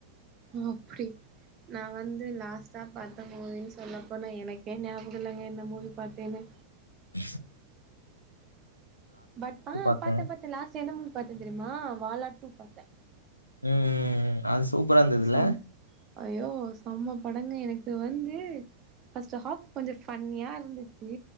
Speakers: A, on the right (about 30°); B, on the left (about 80°).
A: அப்படி நா வந்து லாஸ்டா பார்த்த மூவி சொல்லப்போனா எனக் ஏ ஞாபகம்ல்லாங்க என்ன மூவி பார்த்தேன்னே
B: ஆ
A: பட் ஆ
B: பாத்தே
A: பாத்த பாத்த லாஸ்ட் என்ன மூவி பார்த்தே தெரியுமா வாலா டூ பார்த்தே
B: ம் ம் அது சூப்பரா இருந்ததுல
A: சம் ஐயோ செம்ம படங்க எனக்கு வந்து ஃபர்ஸ்ட்ட் ஹாப் கொஞ்ச ஃபன்னியா இருந் ச்சு